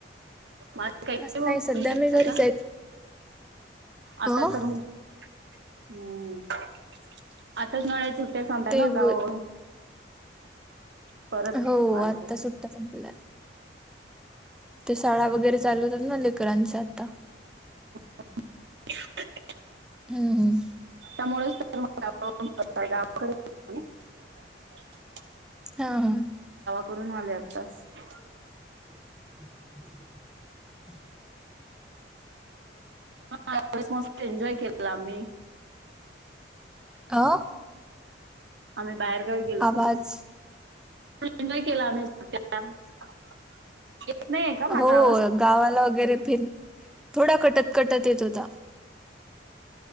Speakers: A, on the right; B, in the centre.
A: <unintelligible>
B: आज नाही सध्या मी घरीच आहे.
A: आता
B: अ?
A: तर हम् <unintelligible> टेच आले
B: ते
A: ना गावावरून.
B: ब-
A: परत
B: हो,
A: आले
B: आत्ता सुट्टा संपल्या. ते शाळा वगैरे चालू होतात ना लेकरांच आता.
A: रिकामा ऑडिओ
B: हम, हम.
A: <inaudible>
B: हा, हा.
A: करून आले आत्ताचं.
B: रिकामा ऑडिओ
A: हा मस्त <unintelligible> एन्जॉय केला आम्ही.
B: अ.
A: आम्ही बाहेरगावी गेलतो.
B: आवाज
A: एन्जॉय केला आम्ही. <unintelligible> माझा
B: हो
A: आवाज?
B: गावाला वगैरे फिर थोडा कटत कटत येत होता.